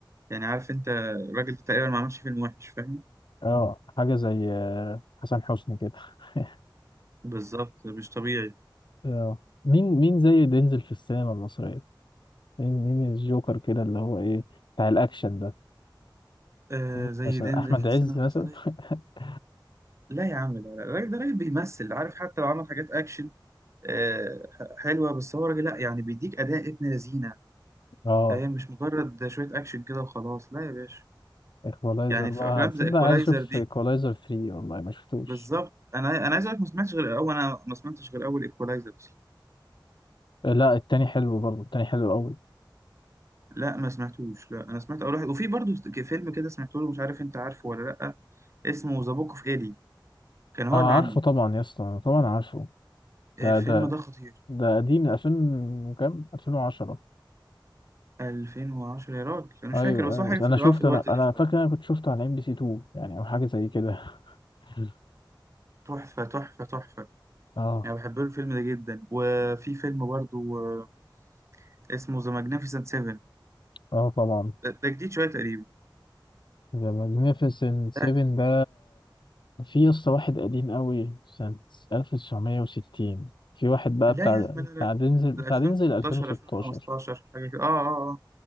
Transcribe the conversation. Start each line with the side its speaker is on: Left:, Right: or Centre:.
Right: يعني عارف انت الراجل ده تقريبا ما عملش فيلم وحش فاهم
Left: اه حاجه زي آه، حسن حسني كده <laughs>
Right: بالظبط مش طبيعي
Left: اه مين مين زي دينزل في السينما المصريه مين مين الجوكر كده اللي هو ايه بتاع الاكشن ده
Right: آه
Left: مين
Right: زي
Left: مثلا
Right: دينزل
Left: احمد
Right: في السينما
Left: عز
Right: المصريه
Left: مثلا <laughs>
Right: لا يا عم لا لا الراجل ده راجل بيمثل عارف حتى لو عمل حاجات اكشن آه ح- حلوه بس هو راجل لا يعني بيديك اداء ابن لذينه
Left: اه
Right: فاهم مش مجرد شويه اكشن كده وخلاص لا يا باشا
Left: ايكولايزر
Right: يعني
Left: بقى
Right: في افلام
Left: تصدق
Right: زي ايكولايزر
Left: عايز اشوف
Right: دي
Left: ايكولايزر 3 والله ما شفتوش
Right: بالظبط انا انا عايز اقول لك ما سمعتش غير اول انا ما سمعتش غير اول ايكولايزر اصلا
Left: آه، لا التاني حلو برضه التاني حلو قوي
Right: لا ما سمعتوش لا انا سمعت اول واحد وفي برضه فيلم كده سمعته له مش عارف انت عارفه ولا لا اسمه ذا بوك اوف ايلي كان هو
Left: اه
Right: اللي عامله
Left: عارفه طبعا يا اسطى طبعا عارفه ده
Right: الفيلم
Left: ده
Right: ده خطير
Left: ده قديم من 2000 وكام 2010
Right: 2010 يا راجل انا مش
Left: ايوه
Right: فاكر بس
Left: أيوة.
Right: هو حاجه
Left: انا
Right: في ال-
Left: شفت
Right: آه، في الوقت
Left: انا انا
Right: ده شويه
Left: فاكر انا كنت شفته على ام بي سي 2 يعني او حاجه زي كده <laughs>
Right: تحفه تحفه تحفه
Left: اه
Right: يعني بحب له الفيلم ده جدا وفي فيلم برضه آه، اسمه ذا ماجنيفيسنت 7
Left: اه طبعا
Right: ده ده جديد شويه تقريبا
Left: ذا ماجنيفيسنت 7
Right: لا
Left: ده في قصة واحد قديم قوي سنة 1960 في واحد بقى
Right: لا
Left: بتاع
Right: يا عم لا
Left: بتاع
Right: لا
Left: دينزل بتاع
Right: ده 2016
Left: دينزل 2016
Right: 2015 حاجه كده اه اه اه